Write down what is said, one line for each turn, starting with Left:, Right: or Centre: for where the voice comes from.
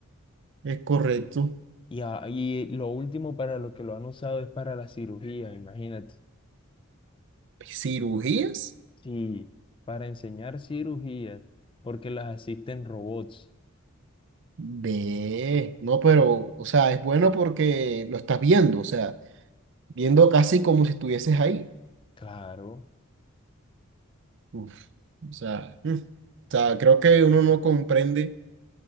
Right: Es correcto.
Left: Y, a- y lo último para lo que lo han usado es para la cirugía, imagínate.
Right: ¿Cirugías?
Left: Sí, para enseñar cirugías, porque las asisten robots.
Right: Ve, no, pero, o sea, es bueno porque lo estás viendo, o sea, viendo casi como si estuvieses ahí.
Left: Claro.
Right: Uf, o sea, mm, o sea, creo que uno no comprende.